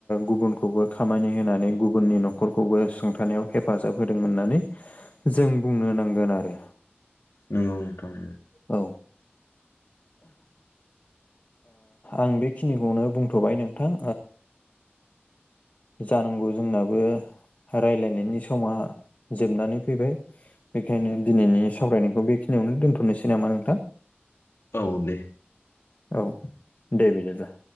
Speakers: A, on the left (about 40°); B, on the left (about 85°).
A: गुबुनखौबो खामानि होनानै गुबुननि न' खरखौबो सुंथानायाव हेफाजाब होदों होननानै जों बुंनो नांगोन आरो।
B: नंगौ नोंथां
A: औ आं बेखिनिखौनो बुंथ'बाय नोंथां जानांगौ जोंनाबो रायलायनायनि समा जोबनानै फैबाय। बेखायनो दिनैनि सावरायनायखौ बेखिनियावनो दोनथ'नोसै नामा नोंथां?
B: औ दे।
A: औ दे बिदिब्ला